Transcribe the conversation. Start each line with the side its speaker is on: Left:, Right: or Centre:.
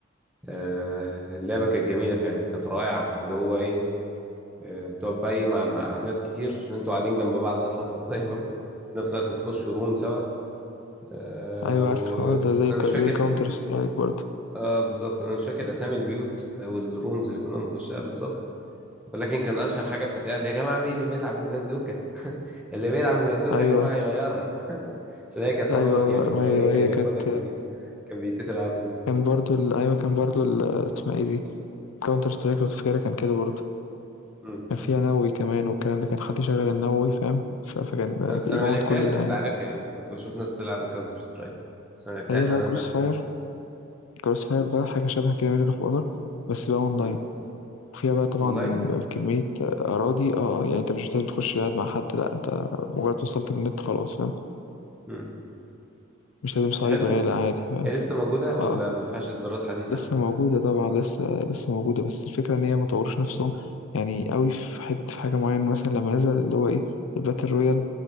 Centre: آه، اللعبة كانت جميلة فعلا كانت رائعة اللي هو ايه آه، بتقعد بقى إيه مع مع ناس كتير انتوا قاعدين جنب بعض اصلا في السايبر في نفس الوقت بتخشوا روم سوا آه،
Left: ايوه
Centre: وانا
Left: عارف الحوار ده زي ك...
Centre: مش
Left: زي
Centre: فاكر
Left: كاونتر سترايك برضو
Centre: اه بالظبط انا مش فاكر اسامي البيوت او الرومز اللي كنا بنخشها بالظبط ولكن كان اشهر حاجه بتتقال يا جماعه مين اللي بيلعب ببازوكه <laughs> اللي بيلعب ببازوكه
Left: ايوه
Centre: يا جماعه يغيرها <laughs> عشان هي كانت
Left: ايوه
Centre: وان شوت
Left: ايوه
Centre: يعني اللي
Left: ما
Centre: هو
Left: هي
Centre: ايه
Left: ما هي
Centre: كان بياخدها
Left: كانت
Centre: كان بي كان بيتقتل على طول
Left: كان برضو ال... ايوه كان برضو ال... اسمها ايه دي كاونتر سترايك لو تفتكرها كان كده برضو
Centre: مم.
Left: كان فيها نووي كمان والكلام ده كان حد يشغل النووي فاهم ف... فكان
Centre: انا
Left: يموت
Centre: أنا ما لعبتهاش
Left: كل اللعيبه
Centre: بس عارفها يعني كنت بشوف ناس تلعب كاونتر سترايك بس ما لعبتهاش
Left: هي بقى
Centre: انا
Left: كروس
Centre: بنفسي
Left: فاير
Centre: يعني
Left: كروس فاير بقى حاجه شبه كده ميدل اوف اونر بس بقى اونلاين
Centre: مم.
Left: وفيها بقى طبعا
Centre: اونلاين
Left: كمية أراضي اه آه، يعني انت مش لازم تخش قاعد مع حد لا انت مجرد وصلت بالنت خلاص فاهم
Centre: مم.
Left: مش لازم
Centre: بس
Left: سايبر
Centre: حلوه
Left: يعني لا عادي بقى.
Centre: هي لسه موجوده ولا
Left: اه
Centre: ما فيهاش اصدارات حديثه
Left: لسه موجودة طبعا لسه لسه موجودة بس الفكرة ان هي ما طوروش نفسهم يعني قوي في حتة في حاجة معينة مثلا لما نزل اللي هو ايه الباتل رويال